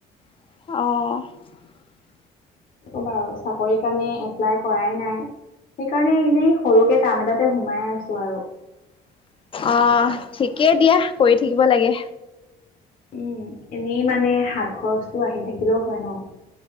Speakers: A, on the left; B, on the left.
A: অঁ।
B: নকবা আও, চাকৰি কাৰণে এপ্লাই কৰাই নাই। সেইকাৰণে এনেই সৰুকে কাম এটাতে সোমাই আছো। আৰু।
A: আহ ঠিকেই দিয়া কৰি থাকিব লাগে।
B: উম এনেই মানে হাত খৰচটো আহি থাকিলেও হয় ন।